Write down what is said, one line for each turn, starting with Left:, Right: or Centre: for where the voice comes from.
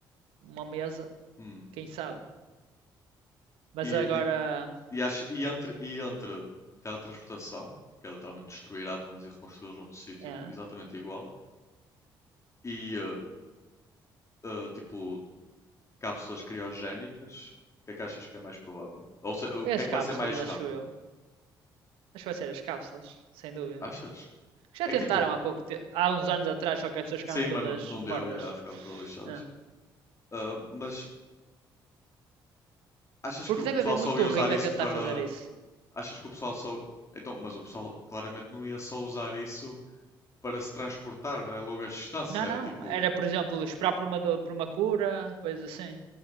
Right: uma mesa,
Left: Hum.
Right: quem sabe. Mas
Left: E,
Right: agora.
Left: e, e, acho, e, entre, e entre teletransportação, que é literalmente destruir átomos e reconstruí-los noutro sítio
Right: É.
Left: exatamente igual, e eh, eh, tipo Cápsulas criogénicas? O que é que achas que é mais provável? Ou se- o
Right: É
Left: que
Right: as
Left: é que
Right: cápsulas,
Left: vai ser mais rápido?
Right: acho eu. Acho que vai ser as cápsulas, sem dúvida.
Left: Achas?
Right: Já
Left: É
Right: tentaram
Left: que tipo,
Right: há pouco te- há uns anos atrás, só que as pessoas ficaram
Left: Saima
Right: todas
Left: n- não deu
Right: mortas.
Left: e aí elas ficaram todas lixadas.
Right: Ah.
Left: Ah, mas achas
Right: Porque
Left: que o
Right: deve
Left: pessoal
Right: haver
Left: só
Right: muito
Left: ia usar
Right: rico
Left: isso
Right: a tentar
Left: para.
Right: fazer isso.
Left: Achas que o pessoal só. Então, mas o pessoal claramente não ia só usar isso para se transportar né, a longas distâncias.
Right: Não,
Left: Era
Right: não.
Left: tipo.
Right: Era, por exemplo, esperar por uma, do- por uma cura, coisa assim.